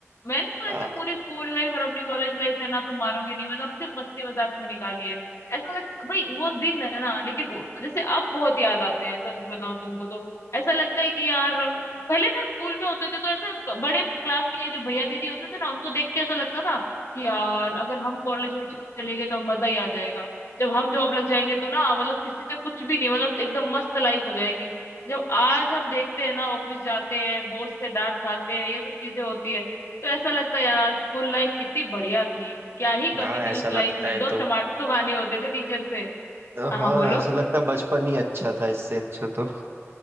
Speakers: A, on the left; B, on the right.
A: मैंने तो
B: हाँ
A: ऐसे पूरी स्कूल लाइफ और अपनी कॉलेज लाइफ है ना तुम मानोगे नहीं मैं तो अब सिर्फ मस्ती मजाक में निकाली है ऐसा लग भाई वो दिन है ना लेकिन वो- जैसे अब बहुत याद आते हैं सच बताऊं तुमको तो ऐसा लगता है कि यार पहले ना स्कूल में होते थे तो ऐसे ब- बड़े क्लास के जो भैया दीदी होते थे ना उनको देख के ऐसा लगता था कि यार अगर हम कॉलेज में चले गए तो मजा ही आ जाएगा जब हम जॉब लग जाएंगे तो ना मतलब किसी से कुछ भी नहीं मतलब एकदम मस्त लाइफ हो जाएगी जब आज हम देखते हैं ना ऑफिस जाते हैं बॉस से डांट खाते हैं ये सब चीजें होती है तो ऐसा लगता है यार स्कूल लाइफ कितनी बढ़िया थी क्या ही कमी
B: हाँ
A: थी
B: ऐसा
A: उस
B: लगता
A: लाइफ में
B: है
A: दो
B: तो
A: चमाट तो खाने होते थे टीचर से हाँ
B: हाँ
A: हाँ, बोलो
B: ऐसा लगता है बचपन ही अच्छा था इससे अच्छा तो